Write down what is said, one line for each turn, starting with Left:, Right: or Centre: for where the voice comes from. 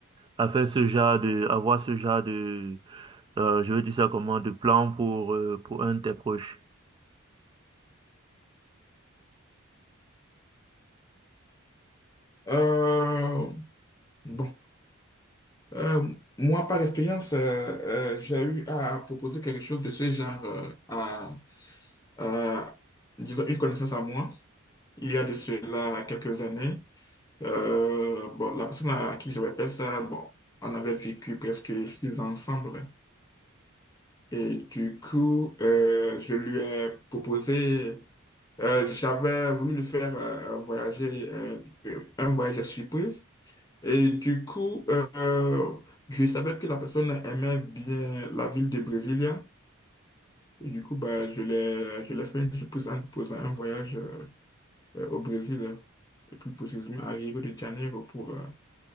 Right: à faire ce genre de, avoir ce genre de, euh, je veux dire ça comment, de plan pour, euh, pour un de tes proches.
Left: Euh, bon. Euh, moi, par expérience, euh, euh, j'ai eu à proposer quelque chose de ce genre euh, à, à, disons, une connaissance à moi, il y a de cela quelques années. Euh, bon, la personne à qui je répète ça, bon, on avait vécu presque six ans ensemble. Et du coup, euh, je lui ai proposé, euh, j'avais voulu lui faire euh, voyager, euh, un voyage surprise. Et du coup, euh, je savais que la personne aimait bien la ville de Brasilia. Et du coup, bah, je l'ai, je l'ai fait une surprise en lui proposant un voyage euh, euh, au Brésil, et plus précisément à Rio de Janeiro pour, euh,